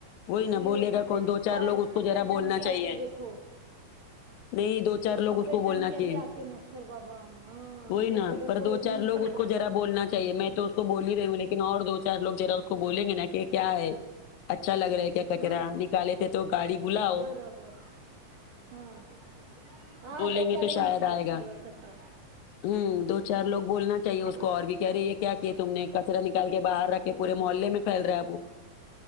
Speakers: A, on the left; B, on the right.
A: وہی نا
B: پھر
A: بولے
B: وہ سفید
A: گا کون دو چار
B: پر
A: لوگ اس
B: سفید
A: کو ذرا
B: ڈنگ
A: بولنا
B: کے آتے
A: چاہیے
B: دیکھو
A: نہیں دو چار
B: وہ
A: لوگ
B: سفید
A: اس کو بولنا
B: ڈنگ کے
A: چاہیے
B: بھی آتے مچھر بابا ہاں
A: وہی
B: ہم لوگ
A: نا
B: کے ادھر
A: پر
B: تو
A: دو
B: وہ بھی
A: چار
B: مچھر
A: لوگ اس
B: بہت
A: کو ذرا
B: آ رہے
A: بولنا چاہیے میں تو اس کو بول ہی رہی ہوں لیکن اور دو چار لوگ ذرا اس کو بولیں گے نا کہ ایک کیا ہے اچھا لگ رہا ہے کیا کچرا
B: ہاں
A: نکالے تھے تو گاڑی بلاؤ
B: برابر ہاں ہاں
A: بولیں
B: تو
A: گے
B: کریں گی شاید
A: آئے گا
B: پھر ویسا سب
A: ہوں دو چار لوگ بولنا چاہیے اس
B: ویسا
A: کو اور بھی کہہ رہی ہے کیا کہ تم نے کچرا نکال کے باہر رکھے پورے محلے میں پھیل رہا ہے وہ